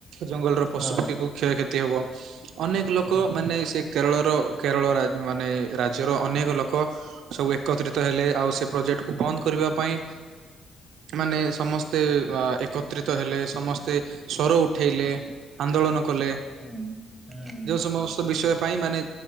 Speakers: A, on the right; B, on the right.
A: ଜଙ୍ଗଲର ପଶୁପକ୍ଷୀକୁ
B: ହଁ
A: କ୍ଷୟକ୍ଷତି ହବ ଅନେକ ଲୋକ
B: ହୁଁ।
A: ମାନେ ସେ କେରଳର କେରଳ ରା ମାନେ ରାଜ୍ୟର ଅନେକ ଲୋକ ସବୁ ଏକତ୍ରିତ ହେଲେ ଆଉ ସେ ପ୍ରୋଜେକ୍ଟ କୁ ବନ୍ଦ କରିବା ପାଇଁ ମାନେ ସମସ୍ତେ ଏକତ୍ରିତ ହେଲେ ସମସ୍ତେ ସ୍ୱର ଉଠେଇଲେ ଆନ୍ଦୋଳନ କଲେ
B: ହୁଁ ହୁଁ।
A: ଯେଉଁ ସମସ୍ତ ବିଷୟ ପାଇଁ ମାନେ